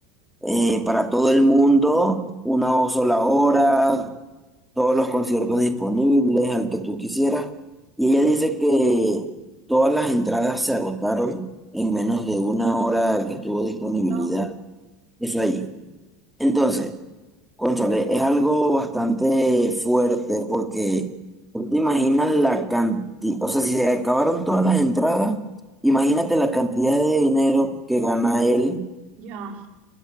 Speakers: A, in the centre; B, on the right.
A: eh, para todo el mundo, una o sola hora, todos los conciertos disponibles, al que tú quisieras. Y ella dice que todas las entradas se agotaron en menos de una hora que estuvo disponibilidad.
B: No, no.
A: Eso ahí. Entonces, cónchale, es algo bastante fuerte porque tú te imaginas la cantidad, o sea, si se acabaron todas las entradas, imagínate la cantidad de dinero que gana él
B: Ya,